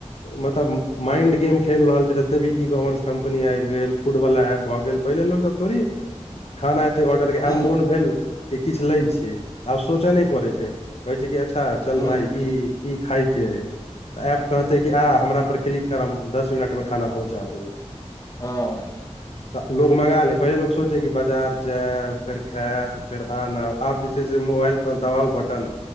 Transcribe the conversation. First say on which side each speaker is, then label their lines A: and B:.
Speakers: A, on the left; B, on the left.
A: मतलब माइंड गेम खेल रहल छै जते भी ई कॉमर्स कम्पनी आबि गेल फूडवला एप भ गेल पहिले लोक सब थोड़े खाना एते ऑर्डर
B: हूँ
A: मोन भेल कि किछ लै छिये सोचऽ नहि पड़ै छै कहै छै कि अच्छा चल
B: हूँ
A: भाय ई ई खाय के है तऽ एप कहतै कि आ हमरा पर क्लिक करब दस मिनटमे खाना पहुँचा द
B: हँ।
A: तऽ लोग मंगा ले पहिले लोको सोचे कि बाजार जाय फेर खायब फेर आनब आब जे छै से मोबाइल पर दबााव बटन